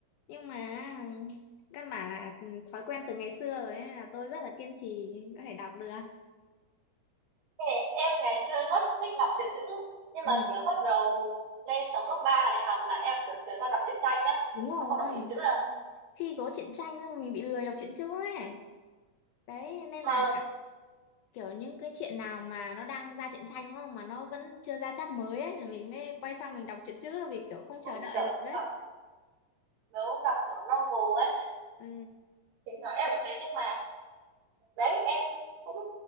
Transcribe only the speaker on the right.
Ê, Em ngày xưa rất thích đọc truyện chữ nhưng
mà kiểu bắt đầu lên tầm cấp 3 đại học là em kiểu chuyển sang đọc truyện tranh nhá
em không đọc truyện chữ đâu
mà
cũng
kiểu
đọc nếu đọc kiểu novel ấy
thỉnh thoảng em cũng thế nhưng mà đấy em cũng